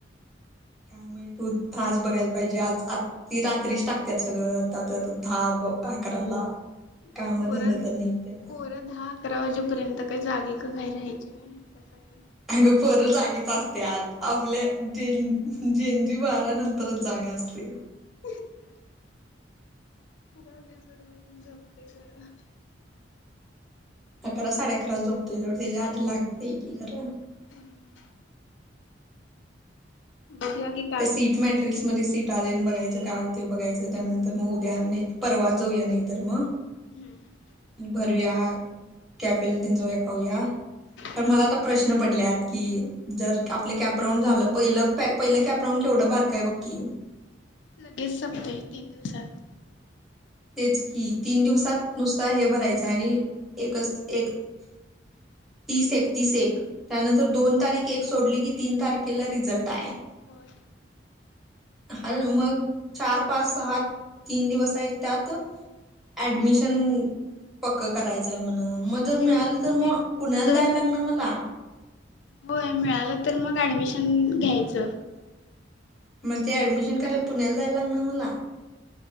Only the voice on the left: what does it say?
तर पोरं
पोरं दहा अकरा वाजेपर्यंत काही जागी <unintelligible> राहायची वेळ ह्यांच्यासाठी?
<inaudible> राहुदे सोड बाई मी झोपते जरा.
हम्म, बघूया घे
हम्म.
हा
लगेच संपतोय तीन दिवसात.
होय.
म्हणजे
म्हणजे
जर
होय मिळालं तर मग ऍडमिशन घ्यायचं.